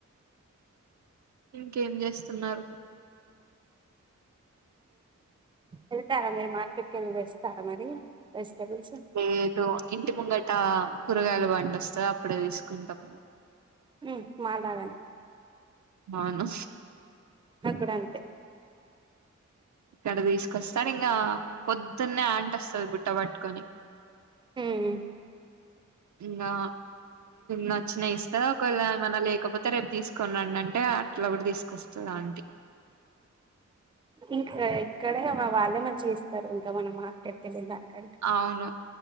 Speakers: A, on the right (about 70°); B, on the right (about 15°).
A: ఇంకేం చేస్తున్నారు
B: వెళ్తారా మీరు మార్కెట్కి వెళ్ళి తెస్తారా మరి వెజిటబుల్స్
A: లేదు ఇంటి ముంగట కూరగాయల పండి వొస్తది అప్పుడే తీసుకుంటాం
B: ఉమ్ మాలాగానే
A: అవును
B: న కూడ అంతే
A: ఇక్కడ తీసుకొస్తాడు ఇంకా పొద్దున్నే ఆంట్ వస్తది బుట్ట పట్టుకొని
B: ఉమ్
A: ఇంగా నచ్చినయి ఇస్త్ ఒకవేళ ఏమన్నా లేకపోతే రేపు తీసుకుని రండి అంటే అట్లా కూడా తీసుకొస్ ఆంటి
B: ఇంకా ఇక్కడే వాళ్ళే మంచిగా ఇస్తారు ఇంకా మనం మార్కెట్కి వెళ్ళిన దానికంటే
A: అవును